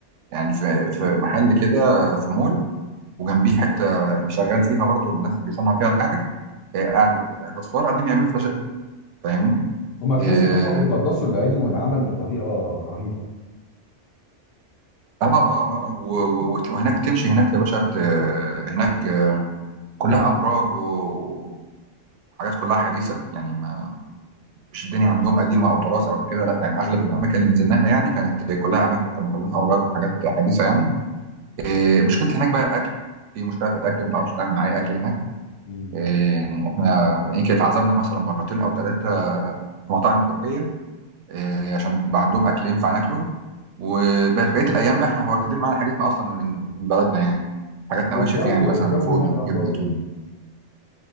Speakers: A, on the right; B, on the left.
A: يعني في في محل كده آه، في مول وجنبيه حته اللي شغال فيها برضو الناس اللي بيصنع فيها الحاجه آه، قاعد آه، اطفال قاعدين يعملوا فلاشات فاهمني؟
B: هما تحس
A: اه
B: إن هما بيقدسوا العلم والعمل بطريقة رهيبة
A: اه اه, آه. آه، و- و- وت- وهناك تمشي هناك يا باشا ت- هناك آه، كلها ابراج و- وحاجات كلها حديثه يعني ما مش الدنيا عندهم قديمه او تراث او كده لا يعني اغلب الاماكن اللي نزلناها يعني كانت كلها اماكن كانت كلها اوراق وحاجات حديثه يعني آه، مشكلتي هناك بقى الاكل في مشكله في الاكل ما تعرفش تعمل معايا اكل هناك
B: مم.
A: آه، يعني احنا يمكن اتعذبنا مثلا مرتين او ثلاثه في مطاعم تركيه آه، عشان بقى عندهم اكل ينفع ناكله وبقيه الايام بقى احنا واخدين معانا حاجتنا اصلا من من بلدنا يعني حاجات
B: والجو
A: نواشف يعني مثلا
B: الجو
A: فوق
B: هناك
A: الجبنه
B: أخباره إيه؟
A: تونه